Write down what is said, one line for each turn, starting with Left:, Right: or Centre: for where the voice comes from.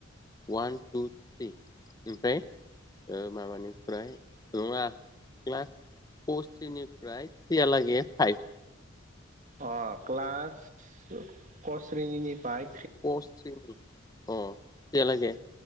Left: वान टु थ्रि इमफ्राय ओ माबानि ओमफ्राय नङा क्लास फर थ्रिनिफ्राय थ्रियालागै फाइभ
Right: अ क्लास कस्रेनिनिफ्राय
Left: पस थ्रि उ थ्रियालागे